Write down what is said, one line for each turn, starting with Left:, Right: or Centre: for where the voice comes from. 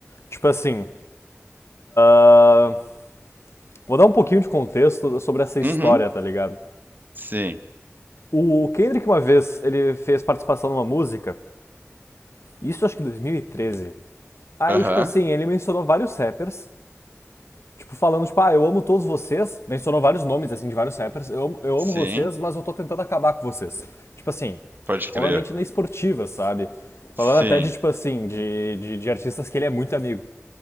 Left: Tipo assim, ah, vou dar um pouquinho de contexto sobre essa história,
Right: Uhum.
Left: tá ligado?
Right: Sim.
Left: O Kendrick uma vez, ele fez participação numa música, isso acho que em 2013. Aí,
Right: Aham.
Left: tipo assim, ele mencionou vários rappers Tipo, falando, tipo, ah, eu amo todos vocês. Mencionou vários nomes, assim, de vários rappers. Eu, amo- eu amo
Right: Sim.
Left: vocês, mas eu tô tentando acabar com vocês. Tipo assim,
Right: Pode crer.
Left: obviamente na esportiva, sabe? Falando
Right: Sim.
Left: até de, tipo assim, de, de, de artistas que ele é muito amigo.